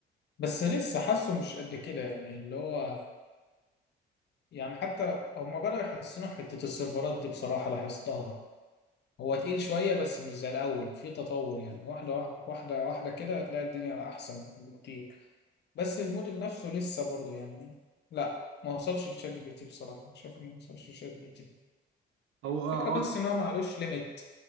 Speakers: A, on the left; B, on the right.
A: بس لسه حاسه مش قد كده يعني اللي هو يعني حتى هما بدأوا يحسنوا حته السيرفرات دي بصراحه لاحظتها هو تقيل شويه بس مش زي الاول في تطور يعني واحده واحده واحده واحدة كده هتلاقي الدنيا احسن بكتير بس الموديل نفسه لسه برضه يعني لا ما وصلش لشات جي بي تي بصراحه أنا شايف انه ما وصلش لشات جي بي تي
B: هو
A: الفكرة
B: اه آه
A: بس ان هو معلوش ليميت